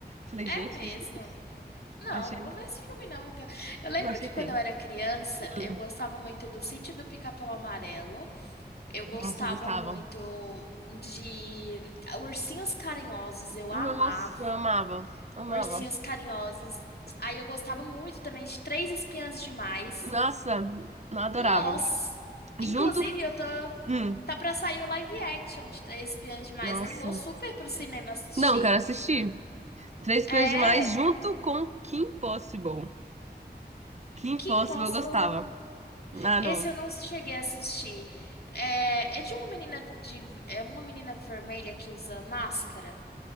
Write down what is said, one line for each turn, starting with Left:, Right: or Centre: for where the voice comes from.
Right: Falei,
Left: É
Right: gente,
Left: mesmo.
Right: o que que é isso?
Left: Não,
Right: Achei,
Left: não vou ver esse filme não, então. Eu lembro
Right: achei
Left: que
Right: feio.
Left: quando eu era criança,
Right: Hum,
Left: eu gostava muito do Sítio do Pica-Pau Amarelo. Eu gostava
Right: nossa, eu gostava.
Left: muito de Ursinhos Carinhosos, eu
Right: Nossa,
Left: amava
Right: eu amava. Amava.
Left: Ursinhos Carinhosos. Aí eu gostava muito também de Três Espiãs Demais.
Right: Nossa, não adorava.
Left: Nossa! Inclusive,
Right: Junto.
Left: eu tô
Right: Hum,
Left: tá pra sair o live action de Três Espiãs Demais.
Right: nossa.
Left: Eu vou super pro cinema assistir.
Right: Não, cara, assisti. Três
Left: É,
Right: Pesos Demais junto com Kim Possible. Kim
Left: que
Right: Possible
Left: Impossible
Right: eu gostava. Ah,
Left: Esse
Right: não.
Left: eu não cheguei a assistir. É, é de uma menina de, é uma menina vermelha que usa máscara?